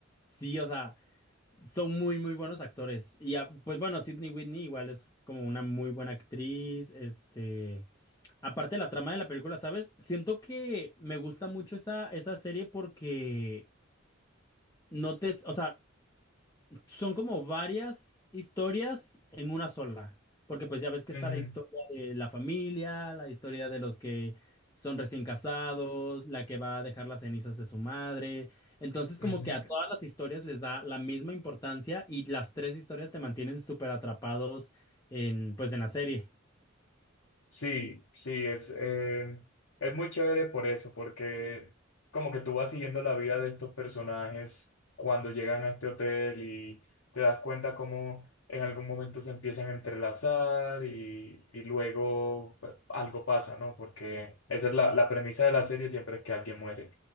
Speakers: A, on the left (about 15°); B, on the left (about 70°).
A: Sí, o sea. Son muy, muy buenos actores. Y ah, pues bueno, Sydney Whitney igual es como una muy buena actriz. Este, aparte la trama de la película, ¿sabes? Siento que me gusta mucho esa, esa serie porque no te, o sea, son como varias historias en una sola, porque pues ya ves que
B: Ujú,
A: está la historia de la familia, la historia de los que son recién casados, la que va a dejar las cenizas de su madre. Entonces
B: ujú.
A: como que a todas las historias les da la misma importancia y las tres historias te mantienen súper atrapados en pues en la serie.
B: Sí, sí, es, eh, es muy chévere por eso, porque como que tú vas siguiendo la vida de estos personajes cuando llegan a este hotel y te das cuenta cómo en algún momento se empiezan a entrelazar y, y luego pues, algo pasa, ¿no? Porque esa es la, la premisa de la serie, siempre es que alguien muere.